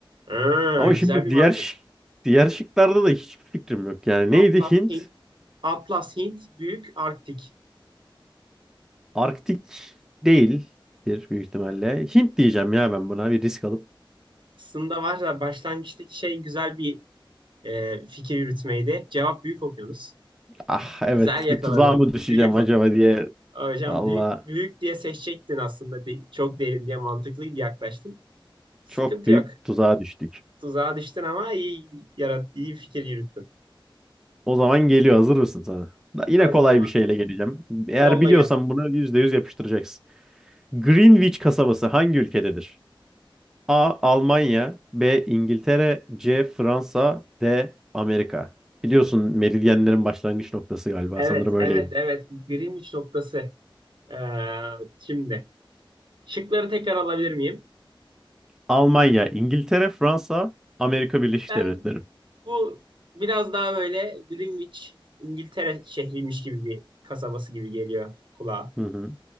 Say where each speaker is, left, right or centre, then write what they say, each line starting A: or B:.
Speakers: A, on the right; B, in the centre.
A: Ha,
B: Ama
A: güzel
B: şimdi
A: bir
B: diğer
A: mantık.
B: şık- diğer şıklarda da hiçbir fikrim yok. Yani
A: Atlas,
B: neydi Hint?
A: Hint, Atlas, Hint, Büyük, Arktik.
B: Arktik değildir büyük ihtimalle. Hint diyeceğim ya ben buna bir risk alıp.
A: Aslında var da başlangıçtaki şey güzel bir e, fikir yürütmeydi. Cevap büyük okyanus.
B: Ah evet
A: Güzel yakaladın.
B: bir tuzağa mı düşeceğim
A: Büyük
B: acaba
A: o-
B: diye.
A: hocam
B: Valla
A: büyük büyük diye seçecektin aslında. De- çok derin diye mantıklı bir yaklaştın. Sıkıntı
B: çok büyük
A: yok.
B: tuzağa düştük.
A: Tuzağa düştün ama iyi yarat iyi fikir yürüttün.
B: O zaman geliyor. Hazır mısın sana? Da- Yine
A: Hazırım
B: kolay
A: abi.
B: bir şeyle geleceğim. Eğer
A: Yolla
B: biliyorsan
A: gelsin.
B: bunu %100 yapıştıracaksın. Greenwich kasabası hangi ülkededir? A. Almanya B. İngiltere C. Fransa D. Amerika. Biliyorsun meridyenlerin başlangıç noktası galiba.
A: Evet,
B: Sanırım öyleydi.
A: evet, evet. Greenwich noktası. Ee, şimdi şıkları tekrar alabilir miyim?
B: Almanya, İngiltere, Fransa, Amerika Birleşik
A: Ben
B: Devletleri.
A: Bu biraz daha böyle Greenwich, İngiltere şehriymiş gibi bir kasabası gibi geliyor kulağa.
B: Hı hı,